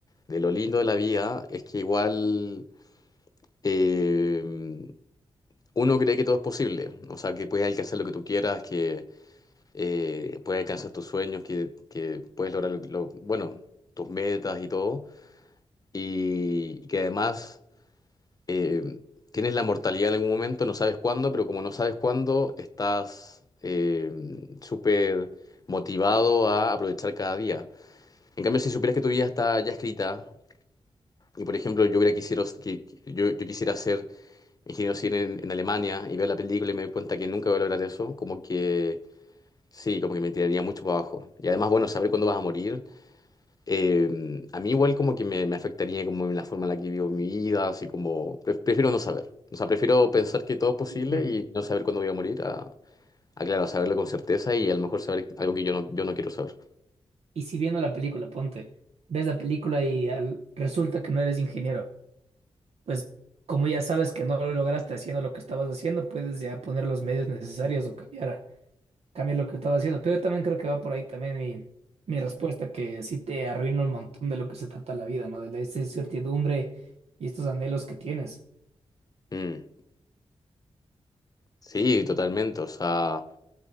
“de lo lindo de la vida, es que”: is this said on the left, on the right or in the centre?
Left